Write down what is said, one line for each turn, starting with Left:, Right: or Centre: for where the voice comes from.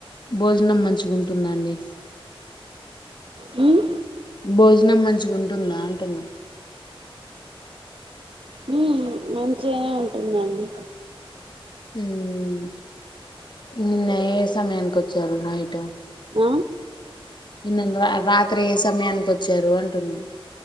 Left: భోజనం మంచిగా ఉంటుందాండి
Right: మ్మ్
Left: భోజనం మంచిగా ఉంటుందా అంటున్నా
Right: మ్మ్ మంచిగానే ఉంటుందండి
Left: హ్మ్ నిన్న ఏ సమయానికి వచ్చారు నైట్
Right: ఓ
Left: నిన్నను రా రాత్రి ఏ సమయానికి వచ్చారు అంటున్నా